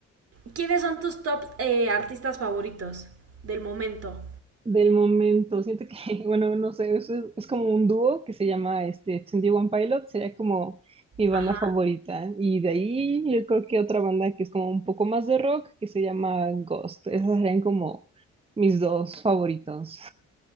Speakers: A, on the right; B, on the right.
A: ¿Quiénes son tus top eh, artistas favoritos del momento?
B: del momento. Siento que, <laughs> bueno, no sé, es, es como un dúo que se llama este 21 Pilot, sería como mi banda
A: Ajá.
B: favorita. Y de ahí yo creo que otra banda que es como un poco más de rock, que se llama Ghost. Esas serían como mis dos favoritos.